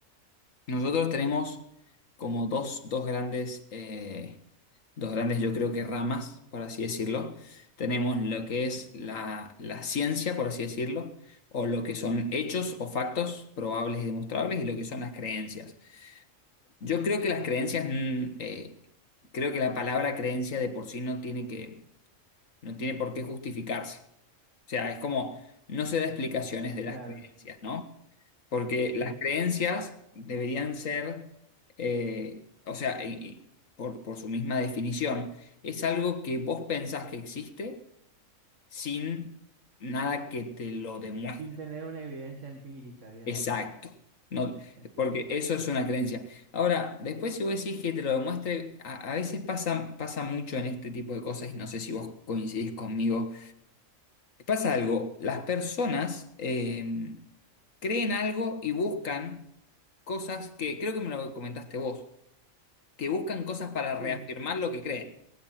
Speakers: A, on the left; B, on the right.
A: Nosotros tenemos como dos, dos grandes, eh, dos grandes, yo creo que ramas, por así decirlo. Tenemos lo que es la, la ciencia, por así decirlo, o lo que son hechos o factos probables y demostrables, y lo que son las creencias. Yo creo que las creencias, mm, eh, creo que la palabra creencia de por sí no tiene que no tiene por qué justificarse. O sea, es como, no se da explicaciones de
B: Claro,
A: las creencias, ¿no? Porque
B: sí,
A: las creencias deberían ser, eh, o sea, y- y por, por su misma definición, es algo que vos pensás que existe sin nada que te lo demuestre.
B: Sin tener una evidencia empírica, digamos.
A: Exacto. No,
B: Exacto.
A: porque eso es una creencia. Ahora, después si vos decís que te lo demuestre, a, a veces pasa, pasa mucho en este tipo de cosas y no sé si vos coincidís conmigo Pasa algo, las personas eh, creen algo y buscan cosas que, creo que me lo comentaste vos, que buscan cosas para reafirmar
B: Sí,
A: lo que creen.